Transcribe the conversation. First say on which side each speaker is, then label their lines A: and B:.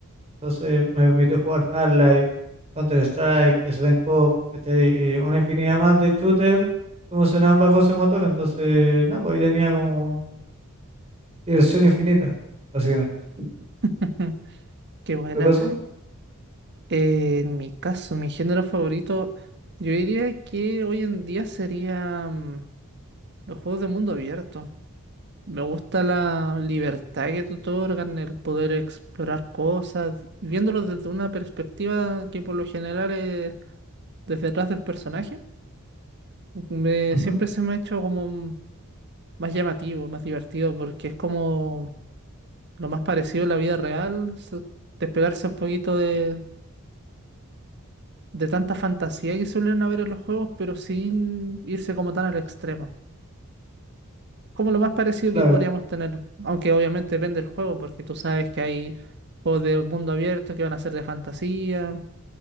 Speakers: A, on the right (about 30°); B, on the right (about 50°).
A: Entonces me permitió jugar Half-Life, Counter-Strike, Svenco, ¿cachai? Y una infinidad más de shooters que funcionaban bajo ese motor. Entonces, no, pues ahí tenía como diversión infinita, básicamente. ¿En
B: <laughs> Qué buena.
A: tu caso?
B: Eh, en mi caso, mi género favorito, yo diría que hoy en día serían los juegos de mundo abierto. Me gusta la libertad que te otorgan, el poder explorar cosas, viéndolo desde una perspectiva que por lo general es desde atrás del personaje. Me,
A: Ujú,
B: siempre se me ha hecho como más llamativo, más divertido, porque es como lo más parecido a la vida real, se- despegarse un poquito de, de tanta fantasía que suelen haber en los juegos, pero sin irse como tan al extremo. Como lo más parecido
A: Claro,
B: que podríamos tener, aunque obviamente depende del juego, porque tú sabes que hay juegos de mundo abierto que van a ser de fantasía